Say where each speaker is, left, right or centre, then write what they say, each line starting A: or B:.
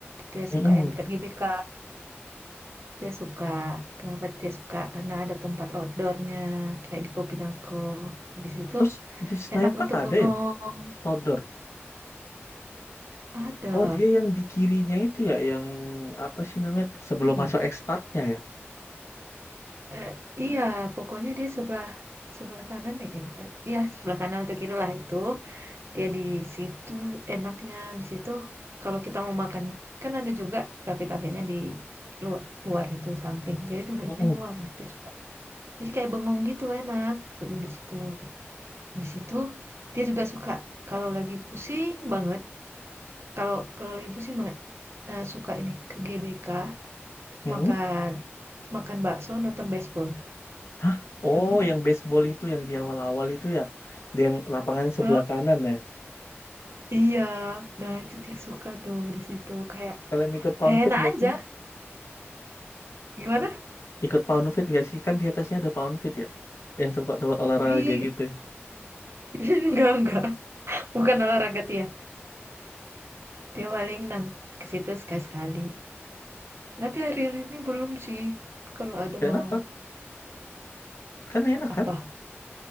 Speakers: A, on the right; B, on the left.
A: Tia
B: Mm-mm.
A: suka yang dekat GBK. Dia suka. Kenapa dia suka? Karena ada tempat outdoornya, kayak di Kopinago. Habis itu
B: Terus di Senayan
A: enak
B: Park
A: untuk
B: ada
A: bengong.
B: ya outdoor.
A: Ada.
B: Oh dia yang di kirinya itu ya, yang apa sih namanya sebelum
A: Hmm.
B: masuk X Parknya ya.
A: Eh, iya, pokoknya dia sebelah sebelah kanan deh kayaknya. Iya, sebelah kanan atau kiri lah itu. Dia di situ enaknya. Habis itu kalau kita mau makan, kan ada juga kafe-kafenya di luar, luar itu samping. Jadi duduknya
B: Mm-mm.
A: di luar. Nah, dia suka. Jadi kayak bengong gitu enak untuk duduk di situ. Di situ dia juga suka kalau lagi pusing banget, kalau kalau lagi pusing banget eh, suka ini ke GBK
B: Mm-mm.
A: makan makan bakso nonton baseball.
B: Hah? Oh
A: Ya udah.
B: yang baseball itu yang di awal-awal itu ya, dia yang lapangannya sebelah
A: Eh,
B: kanan ya.
A: Iya, nah itu dia suka tuh di situ kayak
B: Kalian ikut Pound
A: kayak
B: Fit
A: enak
B: nggak
A: aja.
B: sih?
A: Gimana?
B: Ikut Pound Fit nggak sih? Kan di atasnya ada Pound Fit ya, yang tempat tempat olahraga
A: Ih,
B: gitu.
A: <laughs> enggak enggak, bukan olahraga dia. Dia paling nan ke situ sekali-sekali. Tapi hari-hari ini belum sih. Kalau ada
B: Kenapa?
A: mau
B: Kan enak
A: apa
B: kan?